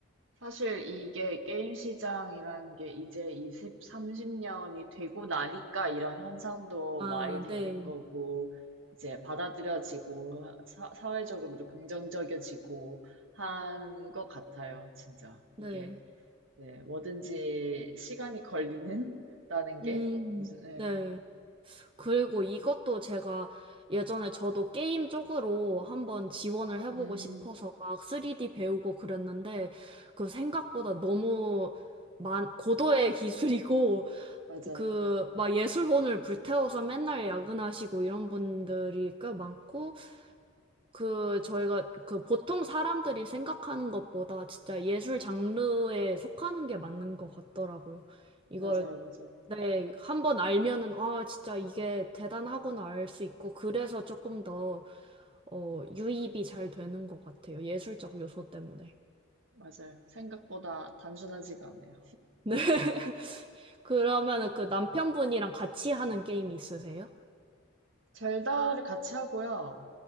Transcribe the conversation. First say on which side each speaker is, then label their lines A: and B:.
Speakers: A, on the right (about 65°); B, on the right (about 25°).
A: 사실 이게 게임 시장이라는 게 이제 20, 30년이 되고 나니까 이런 현상도
B: 아,
A: 말이 되는
B: 네.
A: 거고, 이제 받아들여지고, 사, 사회적으로도 긍정적이어지고 한 것 같아요, 진짜. 이게,
B: 네.
A: 네, 뭐든지 시간이 걸리는? <laughs> 다는 게
B: 음,
A: 무슨, 예.
B: 네. 그리고 이것도 제가 예전에 저도 게임 쪽으로 한번 지원을 해보고
A: 음,
B: 싶어서 막 3D 배우고 그랬는데 그 생각보다 너무 만, 고도의 기술이고
A: 맞아요.
B: 그 막 예술혼을 불태워서 맨날 야근하시고 이런 분들이 꽤 많고 그 저희가 그 보통 사람들이 생각하는 것보다 진짜 예술 장르에 속하는 게 맞는 것 같더라고요. 이걸
A: 맞아요, 맞아요.
B: 네, 한번 알면은, 아, 진짜 이게 대단하구나 알 수 있고, 그래서 조금 더, 어, 유입이 잘 되는 것 같아요. 예술적 요소 때문에.
A: 맞아요. 생각보다 단순하지가 않아요.
B: 네. <laughs> 그러면은 그 남편분이랑 같이 하는 게임 있으세요?
A: 젤다를 같이 하고요.